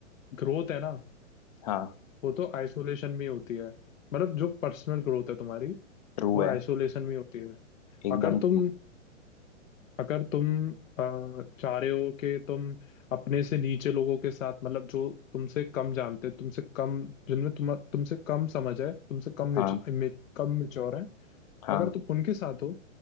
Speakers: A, on the left (about 80°); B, on the left (about 30°).
A: ग्रोथ है ना
B: हाँ
A: वो तो आइसोलेशन में होती है मतलब जो पर्सनल ग्रोथ है तुम्हारी
B: ट्रू
A: वो
B: है
A: आइसोलेशन में होती है
B: एकदम
A: अगर तुम
B: ट्रू
A: अगर तुम अ, चाह रहे हो कि तुम अपने से नीचे लोगों के साथ मतलब जो तुमसे कम जानते हैं तुमसे कम जिनमें तुम तुमसे कम समझ है तुमसे कम मिच,
B: हाँ
A: कम मेच्योर है
B: हाँ
A: अगर तुम उनके साथ हो